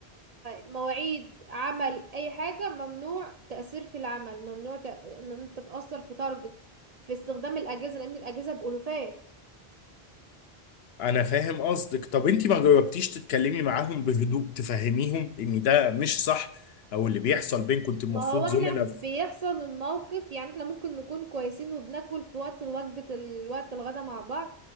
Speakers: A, on the right; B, on the left.
A: مواعيد عمل اي حاجة ممنوع تأثير في العمل ممنوع ت... ان انت تتأثر في تارجت في استخدام الأجهزة لأن الأجهزة بألوفات
B: انا فاهم قصدك طب انت ما جربتيش تتكلمي معاهم بهدوء تفهميهم ان ده مش صح او اللي بيحصل بينكم انت المفروض
A: ما هو احنا
B: زملاء
A: بيحصل
B: في-
A: الموقف يعني احنا ممكن نكون كويسين وبناكل في وقت الوجبة الوقت الغدا مع بعض